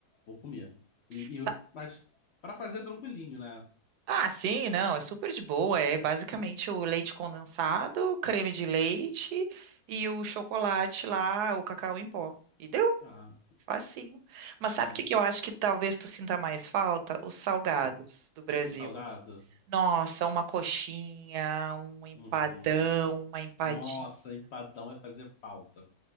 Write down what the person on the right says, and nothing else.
Sa-
Ah, sim, não, é super de boa. É basicamente o leite condensado, o creme de leite e o chocolate lá, o cacau em pó. E deu,
facinho. Mas sabe
o que que eu acho que talvez tu sinta mais falta? Os salgados
do Brasil.
Nossa, uma coxinha, um empadão,
uma empadinha.